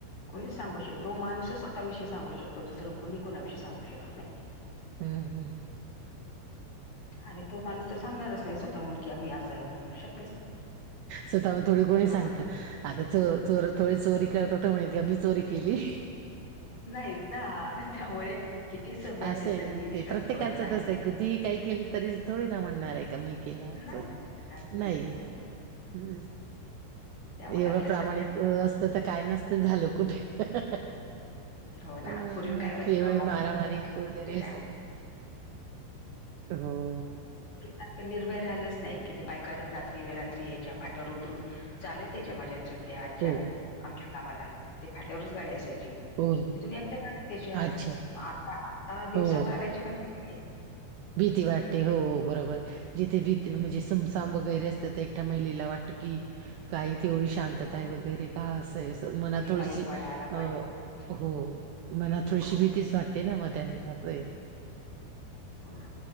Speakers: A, on the left; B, on the right.
A: कोणीच सांगू शकतो माणूसच स्वतःविषयी सांगू शकतो दुसर कोणी कोणाविषयी सांगू शकत नाही.
B: हम्म हम्म
A: आणि तो माणूस तर सांगणारच नाही स्वतःहून की आम्ही असाय म्हणून शक
B: स्वतःहून थोडी कोणी
A: लोक
B: सांगत आता चो चोर थोडी चोरी करतात. ण का मी चोरी केली.
A: नाहीच ना त्यामुळे किती सभ्य
B: असं
A: असेल
B: आहे
A: तर
B: ना
A: मी विश्वास
B: ते प्रत्येकांचं
A: ठेवत नाही.
B: तसं आहे कितीही काही केलं तरी थोडे ना म्हणणार आहे का मी केला असं
A: नाही ठेवणार.
B: नाही.
A: हो.
B: हम्म
A: त्यामुळे
B: एवढं
A: आपल्या
B: प्रामाणिक
A: सख्या
B: असतं तर काय नसतं झालं कुठे पण.
A: हो ना
B: अम
A: पूर्वी काय व्हायचं
B: एवढे
A: का
B: मारा मारी वगैर
A: बातमीच्या
B: असं काही हो
A: पूर्वीसारखं निर्भय राहिलंच नाही कि ते बायका का रात्री व रात्री यायच्या फाट्यावर उतरून. चालत यायच्या माझ्या चुलत्या, आज्या
B: हो
A: आमच्या गावाला तिथे फाट्यावरच गाडी असायची.
B: हो
A: तिथून एकट्या चालत यायच्या
B: अच्छा
A: आ आता दिवसात
B: हो
A: चालायची पण भीती आहे.
B: भीती वाटते हो बरोबर. जिथे भी म्हणजे सुमसाम वगैरे असत तर एकट्या महिलेला वाटत की. का इथं तेवढी शांतता
A: हो
B: आहे वगैरे का असं असं मनात
A: कोणी
B: थोडीशी
A: बाईकवाला आला
B: अ
A: पाठीमागून
B: हो मनात
A: दुःख
B: थोडीशी भीतीच वाटते ना मग त्यांना असं.
A: हो ना